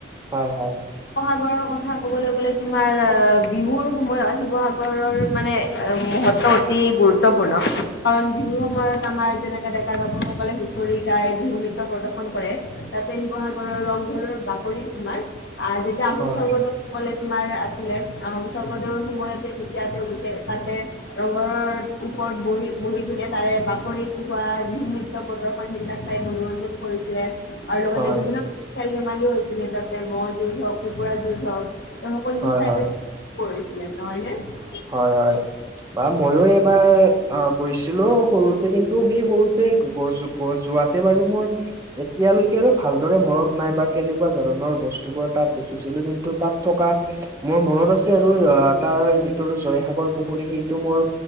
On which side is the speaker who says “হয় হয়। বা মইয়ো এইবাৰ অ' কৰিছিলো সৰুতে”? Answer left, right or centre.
Right